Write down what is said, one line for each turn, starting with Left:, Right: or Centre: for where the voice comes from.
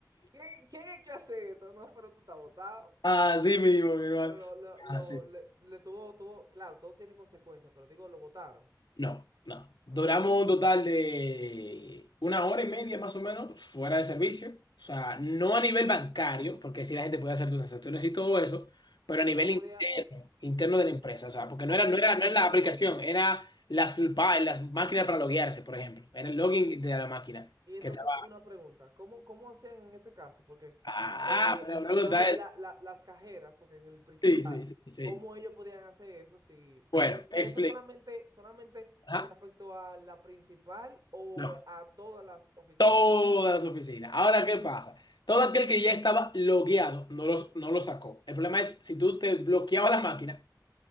Right: ¿Quién, quién es que hace esto? No, pero tú estás botado.
Left: así mismo, mi hermano.
Right: Pero lo, lo, lo-
Left: Así.
Right: le, le tuvo, tuvo, claro, todo tiene consecuencias, pero digo, lo votaron.
Left: No, no. Duramos
Right: Ah, ok.
Left: un total de una hora y media más o menos fuera de servicio. O sea, no a nivel bancario, porque sí la gente puede hacer sus transacciones y todo eso, pero a nivel
Right: Pero no podía.
Left: interno, interno
Right: y-
Left: de la empresa. O sea, porque
Right: Ok,
Left: no era, no era,
Right: ok,
Left: no era
Right: ok.
Left: la aplicación, era las, pa- las máquinas para loguearse, por ejemplo. Era el login de la máquina.
Right: Y entonces
Left: que estaba
Right: una pregunta, ¿cómo, cómo hacían en ese caso? Porque,
Left: Ah,
Right: eh,
Left: me
Right: digamos,
Left: pregunta
Right: la, la- las cajeras, porque en el principal,
Left: Sí, sí, sí, sí.
Right: ¿cómo ellos podían hacer eso? Sí.
Left: Bueno,
Right: Y, y
Left: explica.
Right: eso solamente, solamente
Left: Ajá,
Right: le afectó a la principal o
Left: no.
Right: a todas las oficinas.
Left: Todas las oficinas. Ahora, ¿qué pasa? Todo aquel que ya estaba logueado no los, no lo sacó. El problema es, si tú te bloqueabas la máquina,